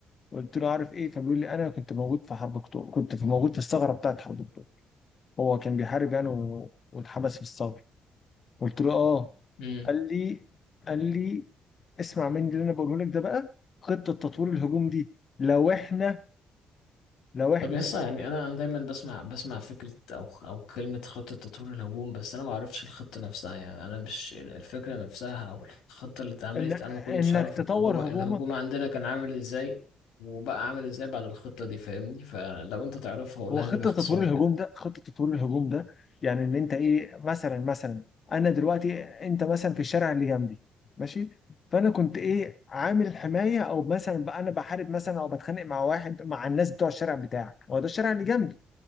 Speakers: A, on the left; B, on the left.
A: قلت له عارف ايه فبيقول لي انا كنت موجود في حرب اكتوبر كنت في موجود في الثغره بتاعت حرب اكتوبر هو كان بيحارب يعني و... واتحبس في الثغره قلت له اه
B: امم
A: قال لي قال لي اسمع مني اللي انا بقوله لك ده بقى خطه تطوير الهجوم دي لو احنا لو احنا
B: طب يسا
A: قال لي كده
B: يعني انا انا دايما بسمع بسمع فكرة او او كلمة خطة تطوير الهجوم بس انا ما اعرفش الخطة نفسها يعني انا مش ال- الفكرة نفسها او الخطة اللي اتعملت
A: إن...
B: انا ما كنتش
A: انك
B: اعرف
A: تطور
B: الهجوم الهجوم
A: هجومك
B: عندنا كان عامل ازاي وبقى عامل ازاي بعد الخطة دي فاهمني فلو انت تعرفها قولها
A: هو خطة
B: لي باختصار
A: تطوير الهجوم
B: كده
A: ده خطة تطوير الهجوم ده يعني ان انت ايه مثلا مثلا انا دلوقتي انت مثلا في الشارع اللي جنبي ماشي فانا كنت ايه عامل حماية او مثلا بقى انا بحارب مثلا او بتخانق مع واحد مع الناس بتوع الشارع بتاعك هو ده الشارع اللي جنبي